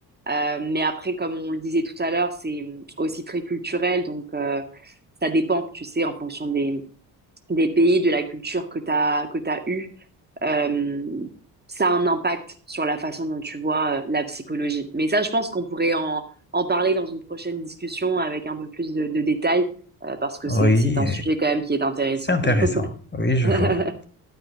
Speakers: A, on the right (about 20°); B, on the left (about 25°).
A: Euh, mais après, comme on le disait tout à l'heure, c'est hum, aussi très culturel, donc euh, ça dépend, tu sais, en fonction des, des pays, de la culture que t'as, que t'as eue. Euh, ça a un impact sur la façon dont tu vois euh, la psychologie. Mais ça, je pense qu'on pourrait en, en parler dans une prochaine discussion avec un peu plus de, de détails, euh, parce que
B: Oui.
A: c'est, c'est un sujet quand même qui est intéressant.
B: C'est intéressant. Oui, je
A: <laughs>
B: vois.